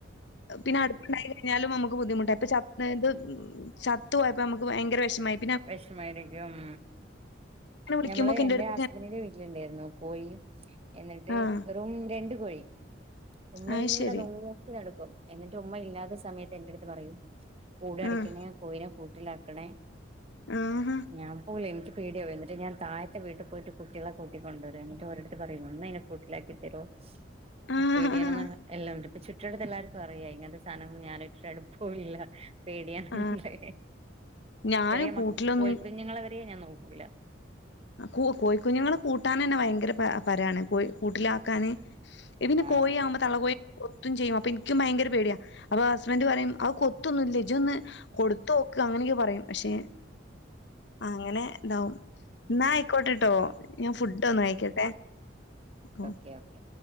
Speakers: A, on the left; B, on the right.
A: പിന്നെ അടുപ്പോണ്ടായി കയിഞ്ഞാലും നമ്മക്ക് ബുദ്ധിമുട്ടാ ഇപ്പാ ച അതായത് ചത്ത് പോയപ്പ ഞമ്മക്ക് ഭയങ്കര വെഷമായി.
B: വെഷമായിരിക്ക്യും.
A: അങ്ങനെ വിളിക്കുമ്പോക്കെ
B: ഞമ്മള് എന്റെ
A: എന്റെടുത്ത്
B: ഹസ്ബെൻിന്റെ വീട്ടില് ഇണ്ടായ്ര്ന്നു കോയി. എന്നിട്ട്
A: ആഹ്
B: വെറും രണ്ട് കോയി. ഉമ്മ
A: അത്
B: ഇങ്ങനെ
A: ശരി
B: നോക്ക <unintelligible> ടക്കും എന്നിട്ട് ഉമ്മാ ഇല്ലാത്ത സമയത്ത് എന്റെട്ത്ത് പറയും കൂട് അടക്ക്യണെ
A: ആഹ്
B: കോയിന കൂട്ടിലാക്കണേ
A: ആഹ്
B: ഞാൻ പോവില്ലാ എനിക്ക് പേടിയാവു എന്നി ട്ട് ഞാൻ തായത്തെ വീട്ടി പോയിട്ട് കുട്ടികളെ കൂട്ടി കൊണ്ട് വെരും എന്നിട്ട് ഓരട്ത്ത് പറയും ഒന്നയ്നെ കൂട്ടിലാക്കി തെരുവോ
A: ആഹ്
B: എനക്ക് പേടിയാണോന്ന് എല്ലാവരും <unintelligible> ട്ട്യൾക്കെല്ലാർക്കും അറിയാ ഇങ്ങനത്തെ സാധനൊം ഞാനു ആയിറ്റൊരട്പ്പോം ഇല്ല പേടിയാണ്ന്ന്ള്ളത്.
A: ആഹ് ഞാനും
B: ചെറിയ
A: കൂട്ടിലൊന്നും
B: മ കോയിക്കുഞ്ഞുങ്ങളെ വരെ ഞാൻ നോക്കൂല.
A: ആഹ് കു കോയിക്കുഞ്ഞുങ്ങളെ കൂട്ടാനെ ന്നെ ഭയങ്കര പ പരാണ് പോയ് കൂട്ടിലാക്കാന് ഇതിന്
B: ആഹ്
A: കോയി ആമ്പോ തള്ളക്കോയി കൊത്തും ചെയ്യും. അപ്പൊ എനിക്കും ഭയങ്കര പേടിയാ അപ്പൊ ഹസ്ബെന്റ് പറയും അത് കൊത്തൊന്നും ഇല്ല ഇജ്ജൊന്ന് കൊട് ത്തോക്ക് അങ്ങനെയൊക്കെ പറയും. പക്ഷെ അങ്ങനെ താവും ന്നാ ആയിക്കോട്ടട്ടോ ഞാൻ ഫുഡ്ഡൊന്ന് കയിക്കട്ടെ. ഓ
B: കെ okay